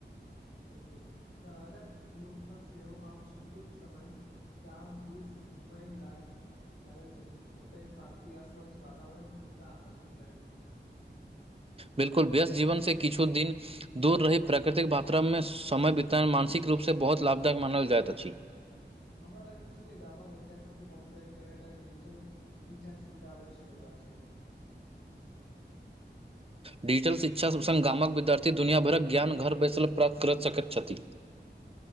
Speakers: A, on the left; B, on the right.
A: बिलकुल शहरक लोक सब सेहो आब छुट्टीके समय गाम दिस घुमय लए लागल छथि ओते शान्ति य स्वच्छ वातावरण हुनका आकर्षित करैत अछि
B: बिलकुल व्यस्त जीवन से किछु दिन दूर रही प्राकृतिक वातावरण में समय वितरण मानसिक रूप से बहुत लाभदायक मानल जाइत अछि
A: हमरा लगैत छै जे गामक बच्चा सबके कम्प्यूटर इंटरनेट आ डिजिटल शिक्षाक के सुविधा अवश्य भेटबाक चाही
B: डिजिटल शिक्षा संग गामक विद्यार्थी दुनिँभरक ज्ञान घर बैसल प्राप्त करऽ सकैत छथि